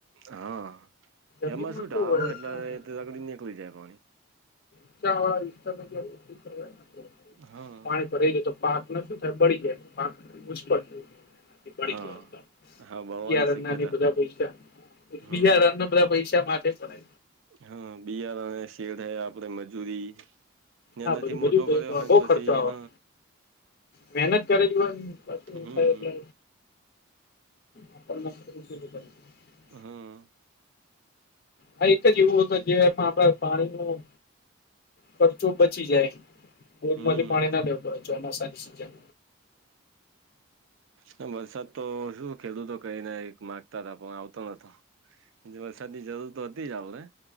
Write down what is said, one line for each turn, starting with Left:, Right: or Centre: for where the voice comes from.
Right: હા
Left: જમીનમાં
Right: એમાં શું
Left: કેવું
Right: ઢાર હોય
Left: ઊંચા
Right: એટલે ત્યાંથી નીકળી જાય પાણી
Left: <unintelligible> પાણી
Right: હા
Left: ભરાઈ <unintelligible> પાકને શું થાય બળી જાય પાક <unintelligible> બડી
Right: હા
Left: ગયા
Right: હા બળવાની
Left: બિયારણ
Right: શક્યતા
Left: ના બધા
Right: ખરી
Left: પૈસા
Right: હમ
Left: બિયારણ ના યાર પૈસા માટે જ છે ને
Right: હા બિયાર અને શેઠ હે આપડે મજૂરી નાનેથી
Left: હા બધું
Right: મોટો
Left: બધું
Right: કર્યો હોય ને
Left: બહુ
Right: પછી
Left: ખર્ચો આવે
Right: હ
Left: મહેનત કરેલી હોય પાછું
Right: હમ
Left: થાય એટલે આપણ મસ્ત <unintelligible>
Right: હમ
Left: હ એક જ એવું હતું જે આપણા પાણી ન ખર્ચો બચી જાય ડેમમાંથી
Right: હમ
Left: પાણી ના લેવું પડે ચોમાસાની સીઝન
Right: હમ વરસાદ તો શું ખેડૂતો કઈ <unintelligible> પણ એ આવતો નતો વરસાદની જરૂર તો હતી જ આપડે